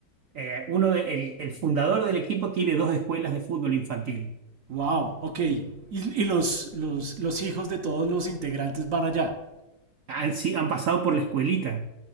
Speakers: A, on the right; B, on the right.
A: eh, uno de- el, el fundador del equipo tiene dos escuelas de fútbol infantil.
B: wow, ok. Y, y los, los, los hijos de todos los integrantes van allá.
A: Han, si- han pasado por la escuelita,